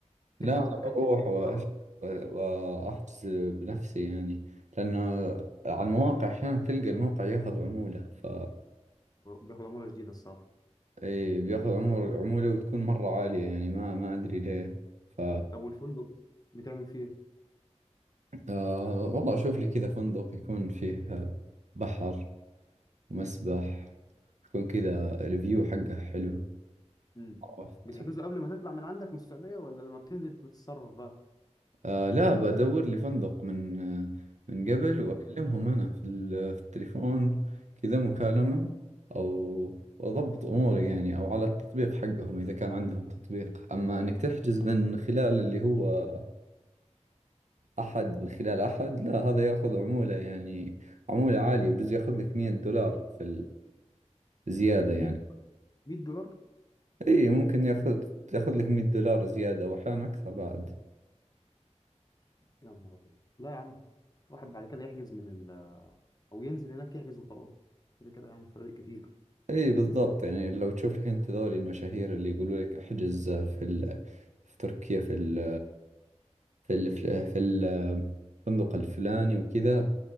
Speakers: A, on the left; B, on the right.
A: تحجز
B: لا انا
A: وبعد كده
B: بروح وأش-
A: تتصرف
B: واحجز بنفسي يعني لانه على المواقع احيانا تلقى الموقع ياخذ عمولة ف
A: بياخد عموله جديده الصراحه
B: اي بياخذ عمر العمولة وتكون مرة عالية يعني ما ما ادري ليه ف
A: طب والفندق بتعمل فيه ايه؟
B: آه والله اشوف لي كذا فندق يكون فيه آه، بحر ومسبح يكون كذا الفيو حقه حلو
A: مم.
B: عرفت
A: بتحجزه قبل ما تطلع من عندك من السعوديه ولا لما بتنزل بتتصرف بقى؟
B: آه لا بدور لي فندق من آه، من قبل
A: مم.
B: واكلمهم انا في ال- في التليفون كذا مكالمة او واضبط اموري يعني او على التطبيق حقهم اذا كان عندهم تطبيق اما انك تحجز من خلال اللي هو أحد من خلال أحد لا هذا يأخذ عمولة يعني عمولة عالية بجوز يأخذ لك 100 دولار في الزيادة يعني
A: 100 100 دولار
B: إي ممكن يأخذ تأخذ لك 100 دولار زيادة وأحيانا أكثر بعد
A: يا نهار ابيض لا يا عم واحد بعد كده يحجز من او ينزل هناك يحجز وخلاص كده كده يعني فرق كتير
B: إي بالضبط يعني لو تشوف لك أنت ذولي المشاهير اللي يقولوا لك احجز في ال... في تركيا في ال... في ال... في ال- الفندق الفلاني وكذا